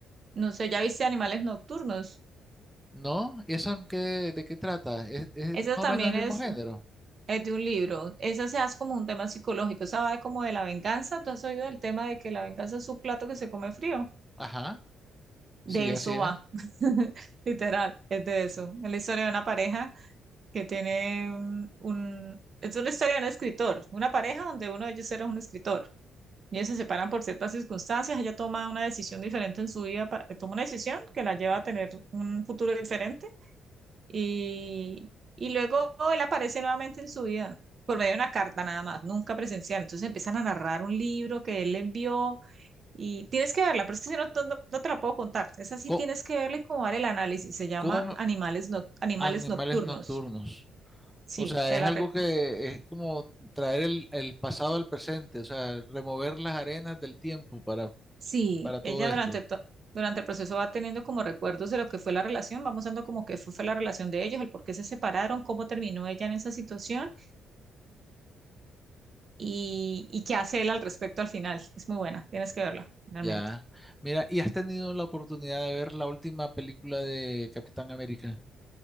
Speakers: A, on the right; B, in the centre.
A: no sé, ¿ya viste Animales Nocturnos?
B: ¿No? ¿Esa qué, de qué trata? ¿Es, es
A: Esa
B: más
A: también
B: o menos el
A: es
B: mismo género?
A: Es de un libro. Esa se hace como un tema psicológico. Esa va de como de la venganza. ¿Tú has oído el tema de que la venganza es un plato que se come frío?
B: Ajá,
A: De
B: sí, así
A: eso
B: es.
A: va. <laughs> Literal, es de eso. Es la historia de una pareja que tiene un, un- Es una historia de un escritor. Una pareja donde uno de ellos era un escritor. Y ellos se separan por ciertas circunstancias. Ella toma una decisión diferente en su vida. pa- Toma una decisión que la lleva a tener un futuro diferente y, y luego él aparece nuevamente en su vida, por medio de una carta nada más, nunca presencial. Entonces empiezan a narrar un libro que él le envió y tienes que verla, pero es que si no, no, no no te la puedo contar. Esa sí
B: Co-
A: tienes que verla y como dar el análisis. Se llama
B: ¿Cómo,
A: Animales, Noc- Animales
B: animales
A: Nocturnos.
B: nocturnos?
A: Sí,
B: O sea,
A: te
B: es
A: la
B: algo
A: recomiendo.
B: que es como traer el, el pasado al presente, o sea, remover las arenas del tiempo para,
A: Sí,
B: para todo
A: ella
B: esto.
A: durante, to- durante el proceso va teniendo como recuerdos de lo que fue la relación, vamos dando como que fue, fue la relación de ellos, el por qué se separaron, cómo terminó ella en esa situación y, y qué hace él al respecto al final. Es muy buena, tienes que verla, realmente.
B: Ya. Mira, ¿y has tenido la oportunidad de ver la última película de Capitán América?